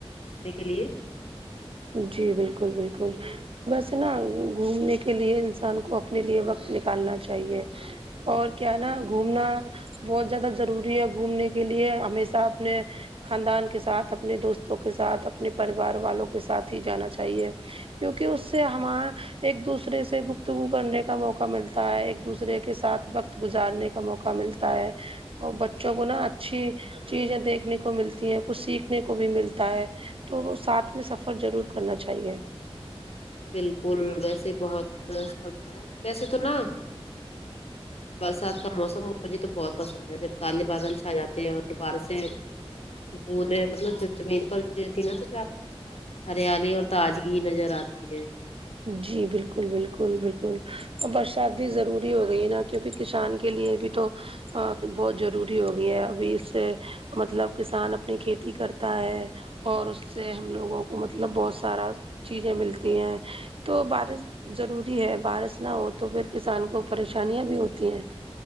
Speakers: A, on the left; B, on the right.
A: نے کے لیے
B: جی بالکل بالکل بس نا گھومنے کے لیے انسان کو اپنے لیے وقت نکالنا چاہیے اور کیا ہے نا گھومنا بہت زیادہ ضروری ہے گھومنے کے لیے ہمیشہ اپنے خاندان کے ساتھ اپنے دوستوں کے ساتھ اپنے پریوار والوں کے کے ساتھ ہی جانا چاہیے کیونکہ اس سے ہمارا ایک دوسرے سے گفتگو کرنے کا موقع ملتا ہے ایک دوسرے کے ساتھ وقت گزارنے کا موقع ملتا ہے اور بچوں کو نا چھی چیزیں دیکھنے کو ملتی ہیں کچھ سیکھنے کو بھی ملتا ہے تو وہ ساتھ میں سفر ضرور کرنا چاہیے
A: بالکل ویسے بہت درست فرمایا ویسے تو نا برسات کا موسم مجھے تو بہت پسند ہے جب کالے بادل چھا جاتے ہیں اور بارشیں بوتے مطلب جب زمین پر گرتی ہے نا تو زارہ ہریالی اور تاجگی نظر آتی ہے
B: جی بالکل بالکل بالکل ا برسات بھی ضروری ہو گئی ہے نا کیونکی کسان کے لیے بھی تو بہت ضروری ہوگی ہے ابھی اس سے مطلب کسان اپنی کھیتی کرتا ہے اور اس سے ہم لوگوں کو مطلب بہت سارا چیزیں ملتی ہیں تو بارش ضروری ہے بارش نہ ہو تو پھر کسان کو پریشانیاں بھی ہوتی ہیں